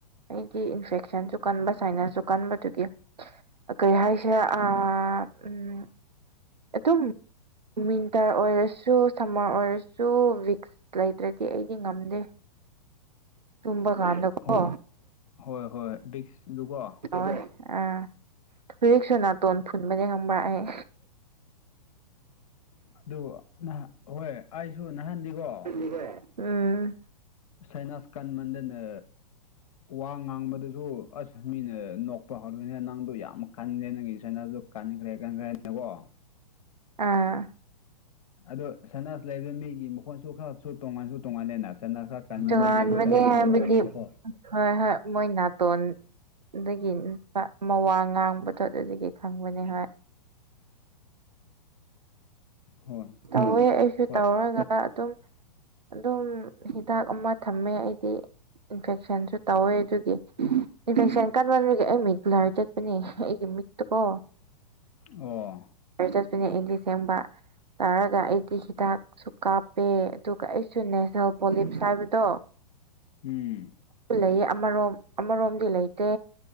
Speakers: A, on the right (about 80°); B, on the left (about 55°).
A: ꯑꯩꯗꯤ ꯏꯟꯐꯦꯛꯁꯟꯁꯨ ꯀꯟꯕ ꯁꯥꯏꯅꯁꯁꯨ ꯀꯟꯕꯗꯨꯒꯤ ꯀꯔꯤ ꯍꯥꯏꯁꯤꯔ ꯑꯥ ꯑꯝ ꯑꯗꯨꯝ ꯃꯤꯋꯤꯟꯇꯔ ꯑꯣꯏꯔ ꯁꯨ ꯁꯝꯃꯔ ꯑꯣꯏꯔꯁꯨ ꯋꯤꯛꯁ ꯂꯩꯇ꯭ꯔꯗꯤ ꯑꯩꯗꯤ ꯉꯝꯗꯦ ꯇꯨꯝꯕ ꯀꯥꯟꯗ ꯀꯣ
B: ꯍꯣꯏ ꯍꯣꯏ ꯍꯣꯏ ꯕꯤꯛꯁꯗꯨꯀꯣ
A: ꯑꯣ ꯑꯥ ꯍꯧꯖꯤꯛꯁꯨ ꯅꯥꯇꯣꯟ ꯐꯨꯟꯕꯅꯦ ꯈꯪꯕ꯭ꯔꯥ ꯑꯩ
B: ꯑꯗꯨ ꯍꯣꯏ ꯑꯩꯁꯨ ꯅꯍꯥꯟꯅꯤꯀꯣ
A: <unintelligible> ꯎꯝ
B: ꯁꯩꯅꯥꯁ ꯀꯟꯃꯟꯗꯅ ꯋꯥ ꯉꯥꯡꯕꯗꯁꯨ ꯑꯁ ꯃꯤꯅ ꯅꯣꯛꯄ ꯍꯧꯔꯣꯏꯅꯦ ꯅꯪꯗꯣ ꯌꯥꯝ ꯀꯜꯂꯦ ꯅꯪꯒꯤ ꯁꯥꯏꯅꯁꯗꯣ ꯀꯟꯈ꯭ꯔꯦ ꯀꯟꯈ꯭ꯔꯦꯅꯦꯀꯣ
A: ꯑꯥ
B: ꯑꯗꯣ ꯁꯅꯥꯖ ꯂꯩꯕ ꯃꯤꯒꯤ ꯃꯈꯣꯟꯁꯨ ꯈꯔ ꯁꯨ ꯇꯣꯉꯥꯟꯁꯨ ꯇꯣꯉꯥꯟꯜꯂꯦꯅ ꯆꯠꯅ ꯈꯔ ꯀꯟꯕ
A: ꯇꯣꯉꯥꯟꯕꯅꯦ
B: ꯃꯤꯗꯤ ꯑꯩꯈꯣꯏ ꯗꯥꯏꯔꯦꯛ ꯐꯪꯕ
A: ꯍꯥꯏꯕꯗꯤ
B: ꯉꯝꯃꯦꯕꯀꯣ
A: ꯍꯣꯏ ꯍꯣꯏ ꯃꯣꯏ ꯅꯥꯇꯣꯟ ꯑꯗꯒꯤ ꯃꯋꯥ ꯉꯥꯡꯕꯗꯣ ꯑꯗꯨꯗꯒꯤ ꯈꯪꯕꯅꯤ ꯍꯥꯏ
B: ꯍꯣꯏ
A: ꯇꯧꯋꯦ ꯑꯩꯁꯨ
B: ꯍꯣꯏ
A: ꯇꯧꯔꯒ ꯑꯗꯨꯝ ꯑꯗꯨꯝ ꯍꯤꯗꯥꯛ ꯑꯃ ꯊꯝꯃꯦ ꯑꯩꯗꯤ ꯏꯟꯐꯦꯛꯁꯟꯁꯨ ꯇꯧꯋꯦ ꯑꯗꯨꯒꯤ ꯏꯟꯐꯦꯛꯁꯟ ꯀꯟꯃꯟꯕꯒꯤ ꯑꯩ ꯃꯤꯠ ꯕꯂꯔ ꯆꯠꯄꯅꯦ ꯑꯩꯒꯤ ꯃꯤꯠꯇꯨꯀꯣ
B: ꯑꯣ
A: ꯆꯠꯄꯅꯦ ꯑꯩꯗꯤ ꯁꯦꯝꯕ ꯇꯥꯔꯒ ꯑꯩꯗꯤ ꯍꯤꯗꯥꯛ ꯁꯨ ꯀꯥꯞꯄꯦ ꯑꯗꯨꯒ ꯑꯩꯁꯨ ꯅꯦꯁꯅꯦꯜ ꯄꯣꯂꯤꯞꯁ ꯍꯥꯏꯕꯗꯣ
B: ꯎꯝ
A: ꯂꯩ ꯑꯃꯔꯣꯝ ꯑꯃꯔꯣꯝꯗꯤ ꯂꯩꯇꯦ